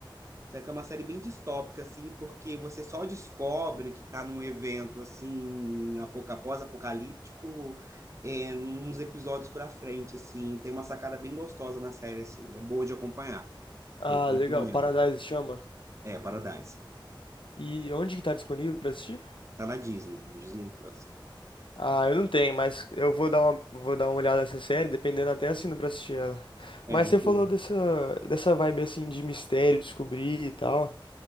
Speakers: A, on the right; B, on the left.
A: Só que é uma série bem distópica, assim, porque você só descobre que está num evento, assim, apoca- pós-apocalíptico, é, uns episódios pra frente, assim. Tem uma sacada bem gostosa na série, assim. É boa de acompanhar.
B: Ah,
A: Eu te recomendo.
B: legal. Paradise chama.
A: É, Paradise.
B: E onde que tá disponível pra assistir?
A: Tá na Disney, no Disney Plus.
B: Ah, eu não tenho, mas eu vou dar uma, vou dar uma olhada nessa série, dependendo até assino pra assistir ela.
A: É,
B: Mas
A: é
B: você
A: boa.
B: falou dessa, dessa vibe assim de mistério, descobrir e tal.